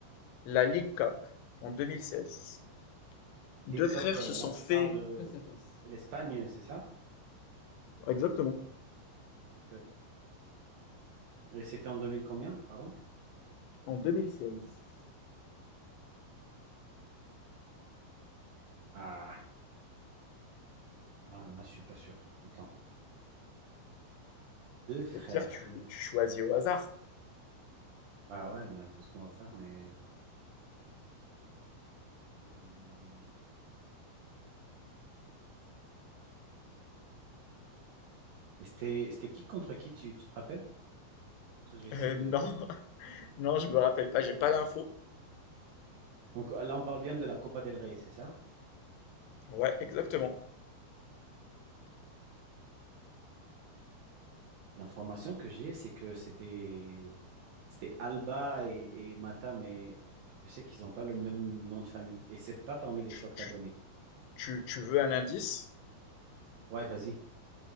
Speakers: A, on the left; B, on the right.
A: La Ligue Cup en deux mille seize
B: Les
A: Deux
B: COP,
A: frères
B: euh,
A: se sont
B: là, tu
A: fait
B: parles de
A: face à face.
B: l'Espagne, c'est ça?
A: Exactement.
B: Ok. Et c'était en 2000 combien, pardon?
A: En deux mille seize
B: Ah, ah, là, je suis pas sûr. Attends. Deux frères.
A: Au pire, tu, tu choisis au hasard.
B: Bah ouais, mais c'est ce qu'on va faire, mais... Hmm. Et c'était, c'était qui contre qui, tu, tu te rappelles? Comme ça, je vais essayer
A: Euh,
B: de...
A: non, <laughs> non, je me rappelle pas, j'ai pas d'infos.
B: Donc là, on parle bien de la Copa del Rey, c'est ça?
A: Ouais, exactement.
B: L'information que j'ai, c'est que c'était C'était Alba et, et Mata, mais je sais qu'ils n'ont pas le même nom de famille. Et c'est pas parmi les
A: Tu,
B: choix que
A: tu
B: tu as donné.
A: Tu, tu veux un indice?
B: Ouais, vas-y.